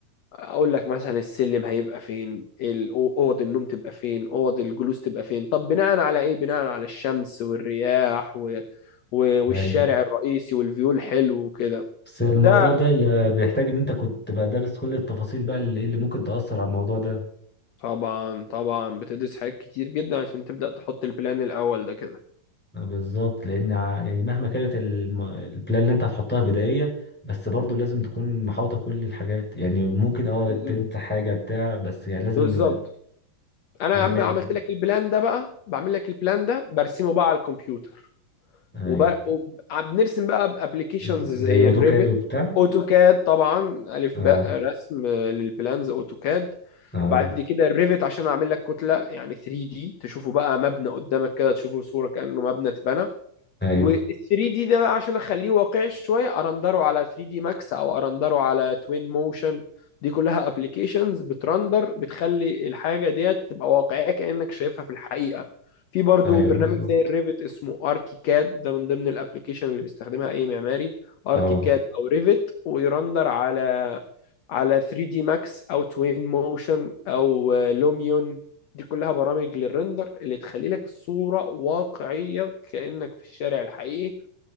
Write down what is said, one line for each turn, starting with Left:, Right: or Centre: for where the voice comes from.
Left: اقول لك مثلا السلم هيبقى فين ال- اوض النوم تبقى فين اوض الجلوس تبقى فين طب بناء على ايه بناء على الشمس والرياح و... و... والشارع
Centre: ايوه
Left: الرئيسي والفيو الحلو وكده
Centre: بس الموضوع
Left: ده
Centre: ده بيحتاج ان انت كنت بقى دارس كل التفاصيل بقى اللي إيه اللي ممكن تأثر على الموضوع ده
Left: طبعا طبعا بتدرس حاجات كتير جدا عشان تبدأ تحط البلان الاول ده كده
Centre: بالظبط لان ع- يعني مهما كانت الم- البلان اللي انت هتحطها بدائية بس برضو لازم تكون محاوطة كل الحاجات يعني ممكن اه
Left: م-
Centre: تنسى حاجة بتاع بس يعني لازم
Left: بالظبط انا
Centre: البداية
Left: يا عم عملت
Centre: جدا
Left: لك البلان ده بقى بعمل لك البلان ده برسمه بقى على الكمبيوتر
Centre: ايوه
Left: وبقى بنرسم بقى بابلكيشنز
Centre: ز-
Left: زي
Centre: زي اوتوكاد
Left: الريفت
Centre: وبتاع
Left: اوتوكاد طبعا الف
Centre: اه
Left: باء رسم للبلانز اوتوكاد
Centre: اه
Left: بعد كده الريفت عشان اعمل لك كتله يعني 3 دي تشوفه بقى مبنى قدامك كده تشوفه صوره كانه مبنى اتبنى
Centre: ايوه
Left: وال 3 دي ده بقى عشان اخليه واقعي شويه ارندره على 3 دي ماكس او ارندره على توين موشن دي كلها ابلكيشنز بترندر بتخلي الحاجه ديت تبقى واقعيه كانك شايفها في الحقيقه في برضو
Centre: ايوه
Left: برنامج
Centre: بالظبط
Left: زي الريفت اسمه اركي كاد ده من ضمن الابلكيشن اللي بيستخدمها اي معماري اركي
Centre: اه
Left: كاد او ريفت ويرندر على على 3 دي ماكس او توين موشن او لوميون دي كلها برامج للرندر اللي تخلي لك الصورة واقعية كأنك في الشارع الحقيقي